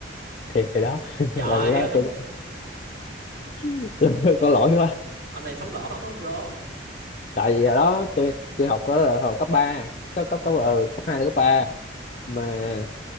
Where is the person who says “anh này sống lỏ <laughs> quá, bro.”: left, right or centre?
Right